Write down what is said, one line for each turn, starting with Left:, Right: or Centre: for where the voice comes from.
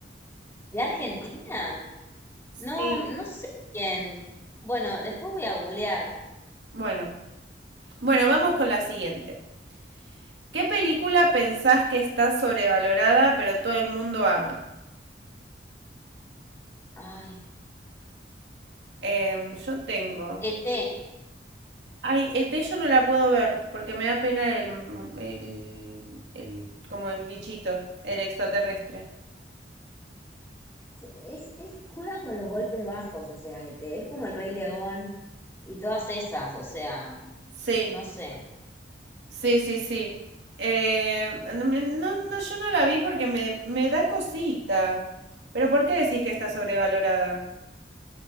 Left: ¿De Argentina?
Right: Sí.
Left: No, no sé quién. Bueno, después voy a googlear.
Right: Bueno, bueno, vamos con la siguiente. ¿Qué película pensás que está sobrevalorada pero todo el mundo ama?
Left: Ay,
Right: Em, yo tengo.
Left: ET.
Right: Ay, ET yo no la puedo ver porque me da pena el, el, el- como el bichito, el extraterrestre.
Left: Es, es, juega con los golpes bajos, o sea, este, es como el Rey León. Y todas esas, o sea,
Right: Sí,
Left: no sé.
Right: sí, sí, sí. Eh, no, me- no, no, yo no la vi porque me, me da cosita. Pero ¿por qué decís que está sobrevalorada?